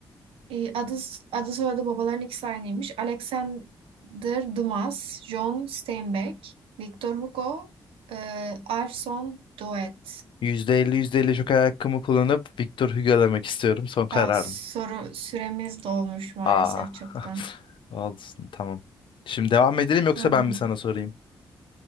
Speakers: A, on the right; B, on the left.
A: Ee, adı, adı soyadı babaların ikisi aynıymış. Alexander Dumas, John Steinbeck, Victor Hugo, e, Arson Doet.
B: %50 %50 joker hakkımı kullanıp Victor Hugo demek istiyorum. Son kararım.
A: Aa, soru süremiz dolmuş maalesef
B: Aa.
A: çoktan.
B: <laughs> Olsun tamam. Şimdi devam edelim yoksa
A: Tamam.
B: ben mi sana sorayım?